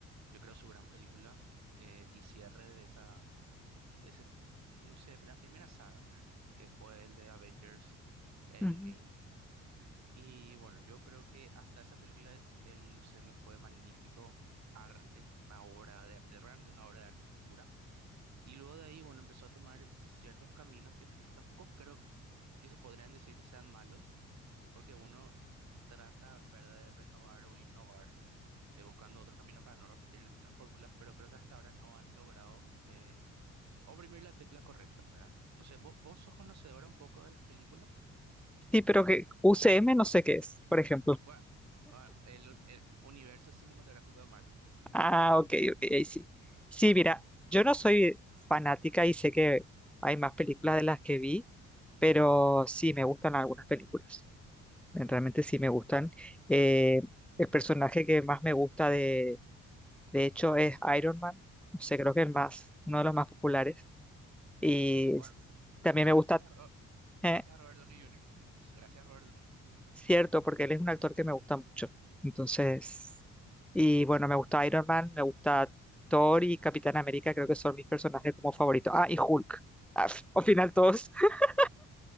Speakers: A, on the right; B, in the centre.
A: yo creo, su gran película eh, y cierre de esa ese, no sé, la primera saga, ¿verdad? Que fue el de Avengers Endgame.
B: Ujú.
A: Y bueno, yo creo que hasta esa película el UCM fue magnífico arte, una obra de, realmente una obra de arte pura. Y luego de ahí, bueno, empezó a tomar ciertos caminos que tampoco creo que se podrían decir que sean malos, porque uno trata, ¿verdad?, de renovar o innovar, eh, buscando otros caminos para no repetir las mismas fórmulas, pero creo que hasta ahora no han logrado eh, oprimir la tecla correcta, ¿verdad? No sé, ¿vo- ¿vos, sos conocedora un poco de las películas?
B: Sí, pero que UCM no sé qué es, por ejemplo.
A: Bueno, bueno, el, un- el universo cinematográfico de Marvel.
B: Ah, ok, ok, ahí sí. Sí, mira, yo no soy fanática y sé que hay más películas de las que vi, pero
A: Ujú.
B: sí me gustan algunas películas. Me- Realmente sí me gustan. Eh, el personaje que más me gusta de, de hecho es Iron Man, no sé, creo que el más, uno de los más populares. Y
A: Sí, bueno,
B: s-
A: gr-
B: también
A: gracias
B: me gusta,
A: a, Ro-
B: eh,
A: gracias a Robert Downey Jr. Gracias a Robert Downey Jr.
B: cierto, porque él es un actor que me gusta mucho. Entonces, y bueno, me gusta Iron Man, me gusta Thor y Capitán América, creo que son mis personajes como favoritos. Ah, y Hulk. Ah, f- al final todos. <laughs>